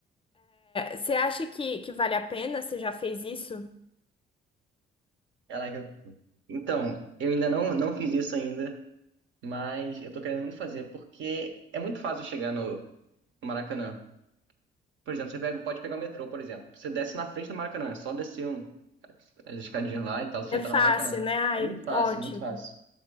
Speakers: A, on the left (about 25°); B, on the right (about 70°).
A: Você acha que, que vale a pena? Você já fez isso?
B: Caraca, então, eu ainda não, não fiz isso ainda, mas eu tô querendo muito fazer, porque é muito fácil chegar no, no Maracanã. Por exemplo, você pega, pode pegar o metrô, por exemplo. Você desce na frente do Maracanã, é só descer um, as escadinhas lá e tal, você
A: É
B: já tá
A: fácil,
B: no Maracanã.
A: né? Ai,
B: É muito fácil,
A: ótimo.
B: muito fácil.